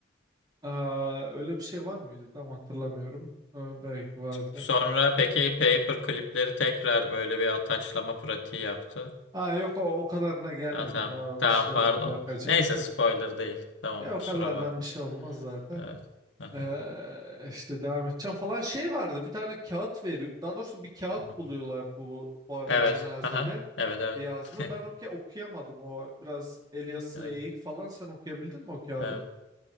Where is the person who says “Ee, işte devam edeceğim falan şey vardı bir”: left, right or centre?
Right